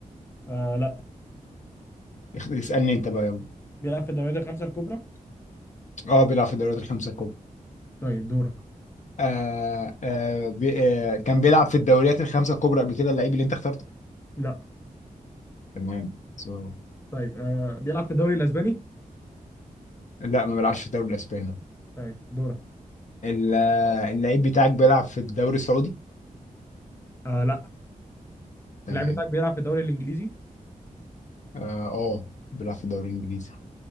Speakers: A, on the left (about 20°); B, on the left (about 60°).
A: آه لا
B: اخ- اسالني انت بقى يلا
A: بيلعب في الدوريات الخمسة الكبرى
B: اه بيلعب في الدوريات الخمسه الكبرى
A: طيب دورك
B: آه آه بي آه كان بيلعب في الدوريات الخمسه الكبرى قبل كده اللعيب اللي انت اخترته
A: لا
B: تمام سؤال
A: طيب آه بيلعب في الدوري الاسباني
B: لا ما بيلعبش في الدوري الاسباني
A: طيب دورك
B: ال- آه، اللعيب بتاعك بيلعب في الدوري السعودي
A: آه لا
B: تمام
A: اللاعب بتاعك بيلعب في الدوري الانجليزي
B: اه آه، بيلعب في الدوري الانجليزي